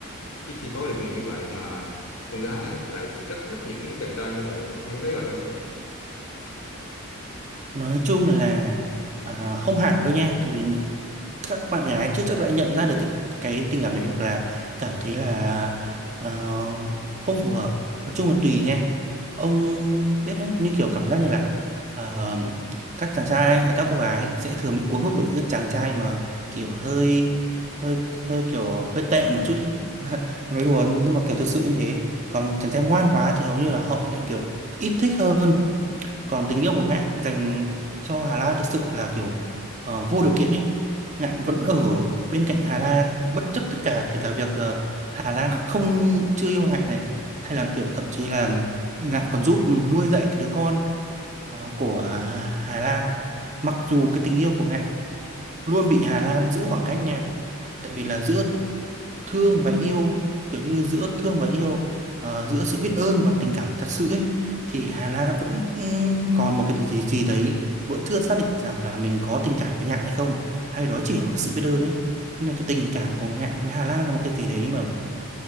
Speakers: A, on the left; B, on the right.
A: ít khi có được người như vậy mà con gái là lại rất thích những chàng trai như vậy ông có thấy vậy không
B: nói chung là à, không hẳn đâu nha tại vì những các bạn gái chưa chắc đã nhận ra được cái cái tình cảm đấy hoặc là cảm thấy là ờ, không phù hợp nói chung là tùy nha ông biết đấy như kiểu cảm giác như là ờ, các chàng trai à, các cô gái sẽ thường bị cuốn hút bởi những cái chàng trai mà kiểu hơi hơi hơi kiểu hơi tệ một chút ý. <laughs> nói đùa nhưng mà kiểu thật sự như thế còn chàng trai ngoan quá thì hầu như là họ lại kiểu ít thích hơn còn tình yêu của Ngạn dành cho Hà Lan thực sự là kiểu ờ, vô điều kiện ấy Ngạn vẫn ở bên cạnh Hà Lan bất chấp tất cả kể cả việc ờ, Hà Lan không chưa yêu Ngạn này hay là kiểu thậm chí là Ngạn còn giúp nuôi dạy cái đứa con ờ, của Hà Hà Lan mặc dù cái tình yêu của Ngạn luôn bị Hà Lan giữ khoảng cách nha tại vì là giữa thương và yêu kiểu như giữa thương và yêu ờ, giữa sự biết ơn và tình cảm thật sự ấy thì Hà Lan vẫn ừm, còn một cái gì gì gì đấy vẫn chưa xác định rằng là mình có tình cảm với Ngạn hay không hay đó chỉ là một sự biết ơn ấy nên là cái tình cảm của Ngạn với Hà Lan là một cái gì đấy mà